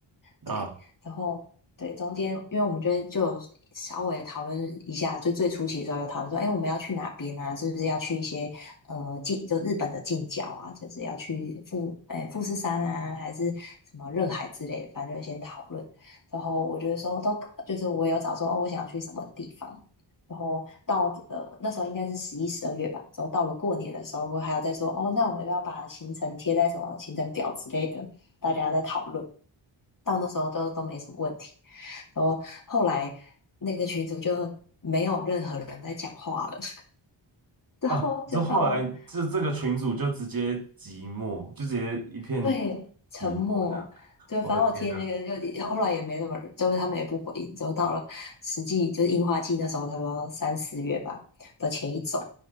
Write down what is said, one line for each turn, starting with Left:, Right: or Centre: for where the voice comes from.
Right: 啊
Left: 对，然后对中间，因为我们觉得就有稍微讨论一下，就最初期的时候有讨论说，哎，我们要去哪边啊？是不是要去一些呃近就日本的近郊啊？就是要去富哎富士山啊，还是什么热海之类的，反正就先讨论。然后我觉得说都可就是我有找说哦，我想要去什么地方。然后到呃那时候应该是十一、十二月吧，然后到了过年的时候，我还有在说哦，那我们要不要把行程贴在什么行程表之类的，大家在讨论，到那时候都都没什么问题。然后后来那个群主就没有任何人在讲话了，<laughs> 之后就到了
Right: 啊！说后来这这个群主就直接寂寞，就直接一片
Left: 对沉默。
Right: 寂寞这样。
Left: 就反正我贴的那个就后来也没什么人，
Right: 我的天呐！
Left: 就是他们也不回应。之后到了实际就是樱花季那时候，差不多三四月吧的前一周，